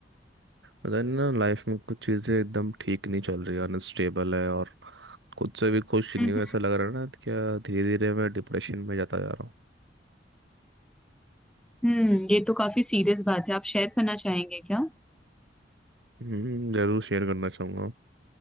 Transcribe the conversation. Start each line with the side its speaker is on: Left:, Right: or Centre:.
Right: पता नहीं ना लाइफ में कुछ चीज़ें एकदम ठीक नहीं चल रही अनस्टेबल है और खुद से भी खुश नहीं
Centre: हम्म
Right: हूँ ऐसा लग रहा है ना तो क्या धीरे धीरे मैं डिप्रेशन में जाता जा रहा हूँ
Centre: हम्म हम्म, ये तो काफी सीरियस बात है आप शेयर करना चाहेंगे क्या
Right: हम्म, जरूर शेयर करना चाहूँगा